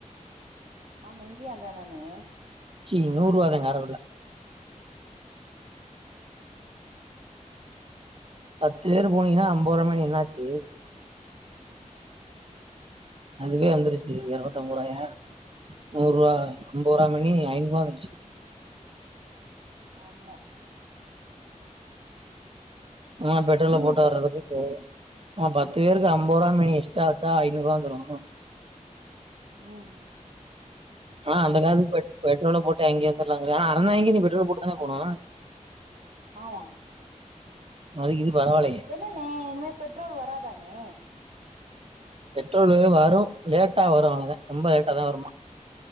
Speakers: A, on the right; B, on the right.
A: ஆமா இங்கயும் அதனா நே
B: ச்சி நூறு ரூபா தா காரக்குடில பத்து பேரு போனீங்கன்னா அம்பதுரூபா மேனி என்னாச்சு அதுவே வந்துருச்சு இரநுத்தி அம்பது ரூபாய நூறு ரூபா ஐம்பது ரூபாய் மேணி ஐநூறு ரூபாய் வந்துருச்சு
A: ஆமா
B: <unintelligible> பெட்ரோல
A: ஐநூறுவாயா
B: போட்டு வர்றதுக்கு போ ஆஹ பத்து பேருக்கு அம்பது ரூபா மேனி இஷ்டா வச்சா ஐநூறு ரூபாந்துரும்
A: உஹம்
B: ஆஹ அந்த காலத்து பெட்ரோல போட்டு அங்கய வந்துலாமபோலா ஆனா அறந்தாங்கய நீ பெட்ரல் போட்டுதானே போனும்
A: ஆமா
B: அதுக் இது பரவாயில்லையே
A: என்னன்னே இனிமே பெட்ரோல் வராதானே
B: பெட்ரோல வரும் லேட்டா வரும் அவளதான் ரொம்ப லேட்டா தான் வருமா